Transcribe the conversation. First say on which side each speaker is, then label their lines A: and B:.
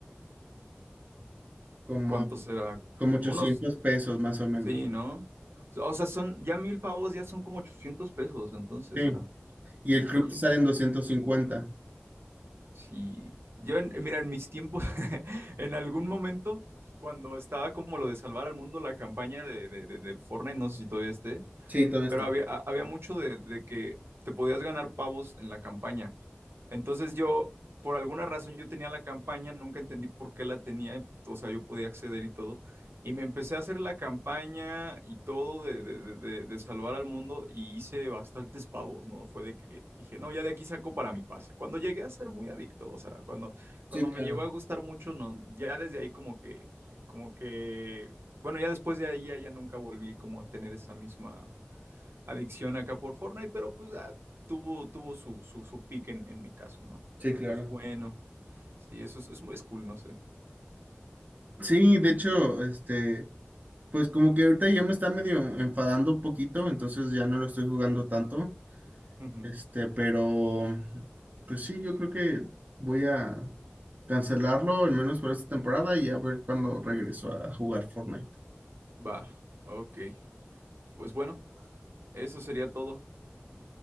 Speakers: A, on the right (about 40°); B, on the right (about 70°).
A: como
B: ¿Cuánto
A: a-
B: será?
A: como 800
B: Como unos,
A: pesos más o menos.
B: sí, ¿no? O sea, son, ya mil pavos ya son como 800 pesos, entonces
A: Sí.
B: era,
A: Y
B: híjole,
A: el club te sale en 250.
B: sí. Yo, en- mira, en mis tiempos, <laughs> en algún momento, cuando estaba como lo de salvar al mundo, la campaña de, de, de, de Fortnite, no sé si todavía esté,
A: Sí, todavía
B: Pero
A: está.
B: había, ha- había mucho de, de que te podías ganar pavos en la campaña. Entonces yo, por alguna razón, yo tenía la campaña, nunca entendí por qué la tenía, o sea, yo podía acceder y todo. Y me empecé a hacer la campaña y todo de, de, de, de- de salvar al mundo y hice bastantes pavos, ¿no? Fue de que dije, no, ya de aquí saco para mi pase. Cuando llegué a ser muy adicto, o sea, cuando, cuando
A: Sí,
B: me
A: claro.
B: llegó a gustar mucho, no, ya desde ahí como que, como que, bueno, ya después de ahí ya, ya nunca volví como a tener esa misma adicción acá por Fortnite, pero pues ah, tuvo, tuvo su, su, su pick en, en mi caso, ¿no? Pero
A: Sí, claro.
B: pues bueno, sí, eso es, es, es cool, no sé.
A: Sí, de hecho, este, pues como que ahorita ya me está medio enfadando un poquito, entonces ya no lo estoy jugando tanto.
B: Ujú.
A: Este, pero pues sí, yo creo que voy a cancelarlo, al menos por esta temporada, y a ver cuándo regreso a jugar Fortnite.
B: Va, ok. Pues bueno, eso sería todo.